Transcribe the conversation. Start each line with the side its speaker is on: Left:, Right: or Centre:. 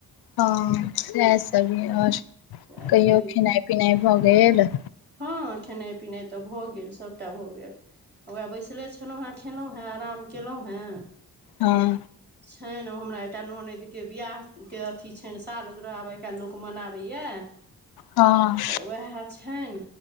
Left: हँ इएहसभ ये आओर
Right: सएह
Left: कहियौ
Right: सब य
Left: खेनाइ पिनाइ भऽ गेल
Right: हँ खेनाइ पिनाइ तऽ भऽ गेल सभटा भऽ गेल उएह बैसले छलहुँ हेँ खयेलहुँ हेँ आराम कयलहुँ हेँ
Left: हँ
Right: छैन ओ हमरा एकटा ननदि बियाह के अथी छनि सालगिरह आब एकटा लोक मनाबैया
Left: हँ
Right: तऽ उएह छैन